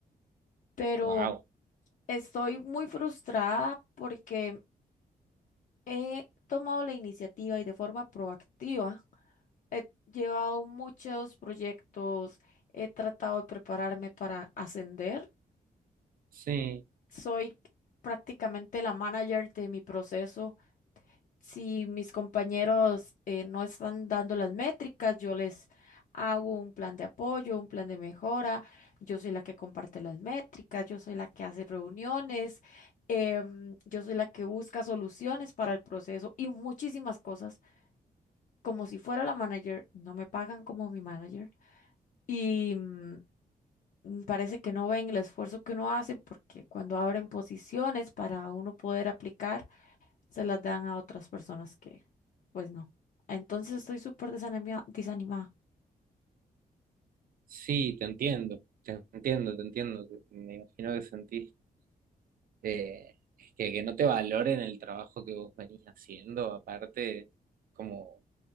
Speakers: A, on the left; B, on the right.
A: pero
B: Wow.
A: estoy muy frustrada porque he tomado la iniciativa y de forma proactiva He llevado muchos proyectos, he tratado de prepararme para ascender.
B: Sí,
A: Soy prácticamente la manager de mi proceso. Si mis compañeros eh, no están dando las métricas, yo les hago un plan de apoyo, un plan de mejora. Yo soy la que comparte las métricas, yo soy la que hace reuniones, em, yo soy la que busca soluciones para el proceso y muchísimas cosas. Como si fuera la manager, no me pagan como mi manager y mm, mm, parece que no ven el esfuerzo que uno hace porque cuando abren posiciones para uno poder aplicar, se las dan a otras personas que, pues no. Entonces estoy súper desanimia- desanimada,
B: sí, te entiendo. Te entiendo, te entiendo. Me imagino que sentís eh, es que, que no te valoren el trabajo que vos venís haciendo, aparte, como